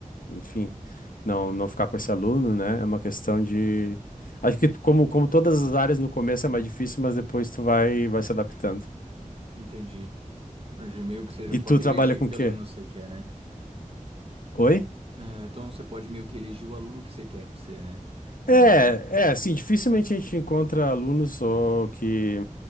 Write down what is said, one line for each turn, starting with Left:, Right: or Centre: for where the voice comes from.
Left: enfim, não, não ficar com esse aluno, né? É uma questão de. Acho que como, como todas as áreas no começo é mais difícil, mas depois tu vai, vai se adaptando.
Right: entendi. Entendi. Meio que você já
Left: E
Right: pode
Left: tu trabalha
Right: elegir
Left: com
Right: que
Left: o quê?
Right: aluno você quer, né?
Left: Oi?
Right: Uhum. É, então você pode meio que eleger o aluno que você quer pra você, né? Mais
Left: É,
Right: ou menos assim.
Left: é, assim, dificilmente a gente encontra alunos ou que,